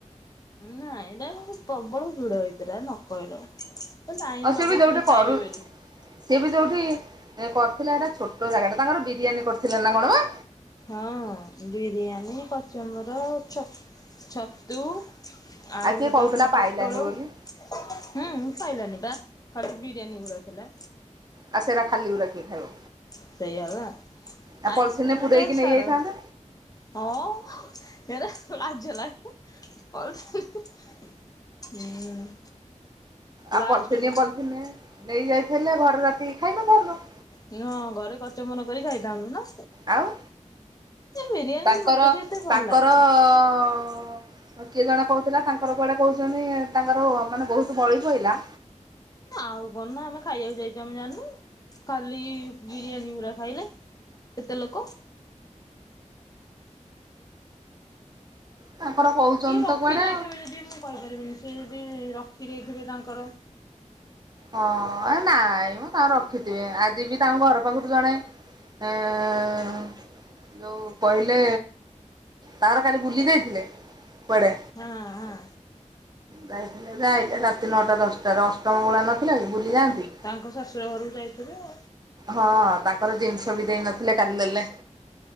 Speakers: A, on the left; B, on the right.
A: ନାଇଁ ଏଇଟା ପ୍ରବଳ ଭିଡ ହେଇଥିଲା ନ କହିଲ। ଲଇନ
B: ଆଉ ସିଏ
A: ଲଗେଇଥିଲେ
B: ବି ଯୋଉଠି
A: ଖାଇବେ
B: କରୁ
A: ବେଲି।
B: ସିଏ ବି ଯୋଉଠି କରିଥିଲା ହେଟା ଛୋଟ ଜାଗାଟା ତାଙ୍କର ବିରିୟାନୀ କରିଥିଲେ ନା କଣ ବା?
A: ହଁ ହଁ ବିରିୟାନୀ କଚମ୍ବର ଛତୁ ଆଉ
B: କିଏ
A: ଗୋଟେ
B: କହୁଥିଲା
A: କଣ ପୋଟଳ
B: ପାଇଲାନି ବୋଲି
A: ହୁଁ ପାଇଲାନି ପା ଖାଲି ବିରିୟାନୀ ଗୁରା ଥିଲା।
B: ଆ ସେରା ଖାଲି ଗୁରା କିିଏ ଖାଇବ।
A: ସେଇଆ ବା
B: ଆଉ ପଲିଥିନରେ
A: ଆଇସ୍କ୍ରିମ
B: ପୁରେଇକି
A: ତ
B: ନେଇଯାଇଥାନ୍ତେ
A: ଛାଡ। ହଁ ହେରା ଲାଜ ଲାଗିବ ପଲଥିନ ହିଁ ହିଁ ହୁଁ।
B: ଆ
A: ଲାଷ୍ଟକୁ
B: ପଲଥିନିଏ ପଲଥିିନଏ ନେଇ ଯାଇଥିଲେ ଘରେ ରାତିକି ଖାଇନଥାନ୍ତ?
A: ନୁହଁ ଘରେ କଚମ୍ବର କରି ଖାଇଥାନ୍ତୁ ନା?
B: ଆଉ
A: ଏ ବିରିୟାନୀ
B: ତାଙ୍କର
A: ମତେ ବି ଏତେ ଭଲ
B: ତାଙ୍କର
A: ଲାଗେନି
B: ଅ କିଏ ଜଣେ କହୁଥିଲା ତାଙ୍କର କୁଆଡେ କହୁଛନ୍ତି ତାଙ୍କର ମାନେ ବହୁତ ବଳି ପହିଲା।
A: ଆଉ କଣ ନା ଆମେ ଖାଇବାକୁ ଯାଇଛୁ ଆମେ ଜାଣିନୁ ଖାଲି ବିରିୟାନୀ ଗୁରା ଖାଇଲେ। କେତେ ଲୋକ।
B: ତାଙ୍କର କହୁଛନ୍ତି
A: କିଏ ରଖି
B: ତ କୁଆଡେ
A: ଦେଇଥେବେ ଯଦି ମୁଁ କହିପାରିବିନି ସେ ଯଦି ରଖି ଦେଇଥିବେ ତାଙ୍କର।
B: ହଁଏ ନାଇଁମ ତାଙ୍କର ରଖିଥିବେ ଆଜିବି ତାଙ୍କ ଘର ପାଖରୁ ଜଣେ ଏଁ ଯଉ କହିଲେ ତାର କାଲି ବୁଲି ଯାଇଥିଲେ କୁଆଡେ?
A: ହଁ ହଁ
B: ଯାଇଥିଲେ ଯେ ଆଇଲେ ରାତି ନଅଟା ଦଶଟାରେ ଅଷ୍ଟ ମଙ୍ଗୁଳା ନଥିଲା କି ବୁଲି ଯାଆନ୍ତି
A: ତାଙ୍କ ଶଶୁର ଘରକୁ ଯାଇଥିବେ ଆଉ।
B: ହଁ ତାଙ୍କର ଜିନିଷ ବି ଦେଇ ନଥିଲେ କାଲି ଦେଲେ।